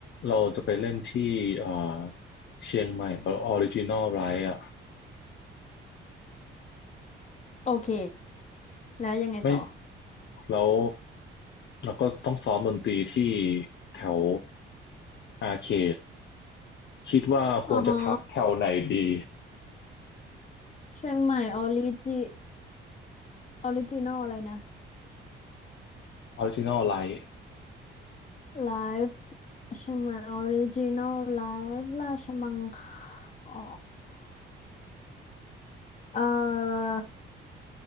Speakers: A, on the left; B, on the left.
A: เราจะไปเล่นที่เอ่อเชียงใหม่เออออริจินอลไรอ่ะ
B: โอเค แล้วยังไงต่อ
A: ไม่แล้วเราก็ต้องซ้อมดนตรีที่แถวอาร์เขต คิดว่าควรจะพักแถวไหนดี
B: อ๋อฮะเชียงใหม่ออริจิออริจินอลอะไรนะ
A: ออริจินอลไลท์
B: ไลฟ์เชียงใหม่ออริจินอลไลฟ์ราชมังคอ๋อ เอ่อ